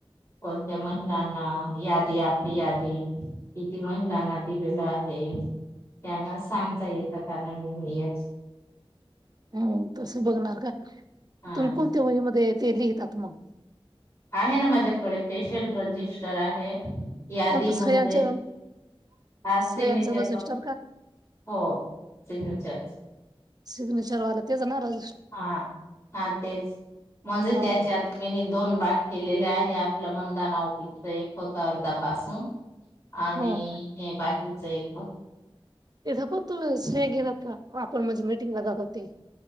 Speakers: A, on the left (about 30°); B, on the right (about 40°).
A: कोणत्या महिलांना यादी आपली यादी किती महिलांना दिलेलं आहे. हे त्यांना सांगता येतं त्यांना <unintelligible>
B: हम्म, तसं बघणार का?
A: हा
B: तुम्ही कोणत्या वही मध्ये ते लिहितात मग?
A: आहे ना माझ्याकडे स्पेशल रजिस्टर आहे, यादी
B: कोणतं
A: म्हणजे
B: सह्यांच्या
A: हा
B: सह्यांचं
A: सिग्नेचर
B: रजिस्टर
A: पण,
B: का
A: हो सिग्नेचर.
B: सिग्नेचरवाला तेच ना र
A: हा, हा तेच म्हणजे
B: हो
A: त्याच्यात मिनी दोन भाग केलेले आहे आपलं मनधना ऑफिसचं एक होतं अर्धा पासून. आणि
B: हो
A: हे बाकीच एक
B: तथे पण तु हे गेला का आपण म्हणजे मिीटिंगला जातोते?